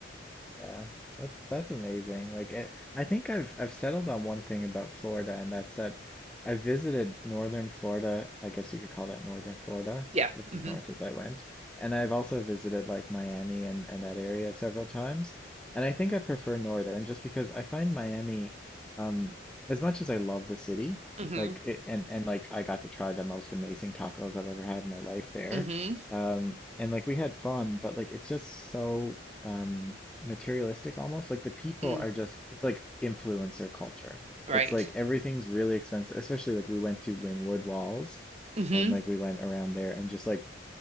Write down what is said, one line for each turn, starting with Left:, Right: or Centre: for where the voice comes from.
Centre: Yeah, that's that's amazing. Like it, I think I've I've settled on one thing about Florida, and that's that I visited northern Florida. I guess you could call that northern Florida.
Right: Yeah.
Centre: It's
Right: hmm
Centre: as north as I went. And I've also visited like Miami and, and that area several times. And I think I prefer northern just because I find Miami, um, as much as I love the city,
Right: hmm
Centre: like it, and and like I got to try the most amazing tacos I've ever had in my life there.
Right: hmm
Centre: Um, and like we had fun, but like it's just so um materialistic almost. Like the people
Right: Mm.
Centre: are just, it's like influencer culture.
Right: Right.
Centre: It's like everything's really expensive, especially like we went to Wynwood Walls
Right: hmm
Centre: and like we went around there and just like